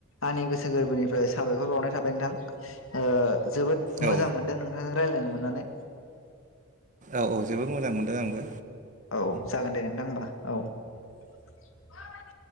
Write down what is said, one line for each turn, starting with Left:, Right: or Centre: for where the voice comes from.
Left: आंनि गोसो गोरबोनिफ्राय साबायखर बावनाय थाबाय नोंथां ओ जोबोद
Right: औ
Left: मोजां मोनदों नोंथांजों रायजलायनो मोननानै।
Right: औ-औ जोबोद मोजां मोनदों आंबो।
Left: औ जागोन दे नोंथां होमबा औ।